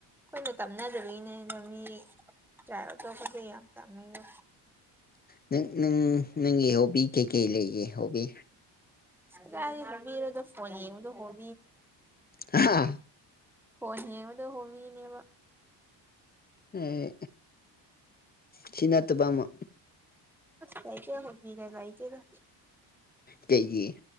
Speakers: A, in the centre; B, on the left.
A: ꯑꯩꯈꯣꯏꯅ ꯇꯝꯅꯗꯕꯒꯤꯅꯦ ꯑꯗꯨ ꯃꯤ ꯇ꯭ꯔꯥꯏ ꯑꯇꯣꯞꯄꯗ ꯌꯥꯝ ꯇꯝꯃꯤꯕ
B: ꯅꯪ ꯅꯪ ꯅꯪꯒꯤ ꯍꯣꯕꯤ ꯀꯩ ꯀꯩ ꯂꯩꯒꯦ ꯍꯣꯕꯤ
A: ꯍꯔ ꯐꯗ ꯍꯣ
B: ꯍꯥ
A: ꯍꯣꯏ ꯍꯡꯕꯗ ꯍꯣꯃꯤꯅꯦꯕ
B: ꯑꯦ ꯁꯤ ꯅꯠꯇꯕ ꯑꯃ
A: ꯀꯏ ꯀꯦ ꯍꯒ ꯉꯏꯆꯦꯗ
B: ꯀꯩꯒꯤ